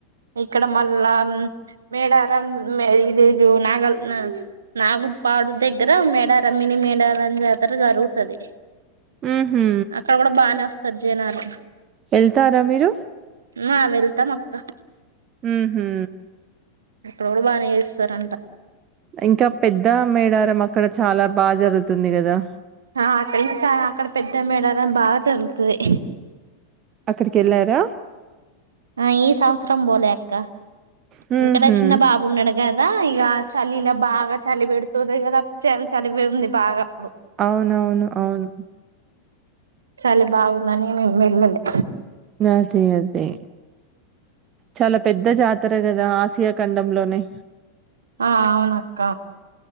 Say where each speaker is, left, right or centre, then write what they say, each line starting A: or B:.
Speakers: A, on the right; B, on the right.
A: ఇక్కడ మళ్ళా మేడారం మే ఇది నాగల్ నా నాగుపాడు దగ్గర మేడార మినీ మేడారం జాతర జరుగుతది
B: ఉహు
A: అక్కడ కూడా బానే వస్తారు జనాలు
B: వెళ్తారా మీరు
A: నా వెళ్తాం అక్క
B: ఉహు
A: ఇక్కడ కూడా బానే చేస్తారంట
B: ఇంకా పెద్ద మేడారం అక్కడ చాలా బాగా జరుగుతుంది కదా
A: ఆ అక్కడ ఇంకా అక్కడ పెద్ద మేడారం బాగా జరుగుతుంది.
B: అక్కడికి వెళ్ళారా
A: ఆ ఈ సంవత్సరం రం బోలే అక్క
B: హుహు.
A: అందుకనే చిన్న బాబు ఉన్నాడు గాద కదా ఇక చలి ఇలా బాగా చలి పెడుతుంది కదా చలి చలి ఉంది బాగా అప్పుడు
B: అవునవును అవును
A: చలి బాగుంది అని మేం వెళ్ళలే
B: నాది అంతే చాలా పెద్ద జాతర కదా ఆ ఇగ ఖండంలోనే
A: ఆ అవునక్క